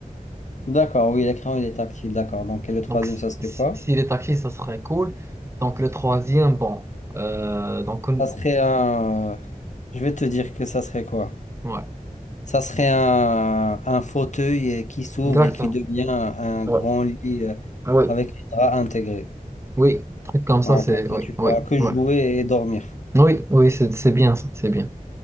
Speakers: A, on the left; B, on the right.
A: D'accord, oui, l'écran il est tactile, d'accord. Donc et le troisième,
B: Donc si-
A: ça serait
B: si-
A: quoi?
B: s'il est tactile, ça serait cool. Donc le troisième, bon, Euh, donc on-
A: Ça serait un... euh, Je vais te dire que ça serait quoi?
B: ouais,
A: Ça serait un, un fauteuil euh, qui s'ouvre
B: exactement.
A: et qui devient un
B: Ouais.
A: grand lit euh,
B: Oui,
A: avec les draps intégrés.
B: oui, truc comme ça,
A: Ouais,
B: c'est
A: comme ça,
B: oui,
A: tu pourras
B: oui,
A: que
B: oui.
A: jouer et dormir.
B: Oui, oui, c'est c'est bien ça, c'est bien.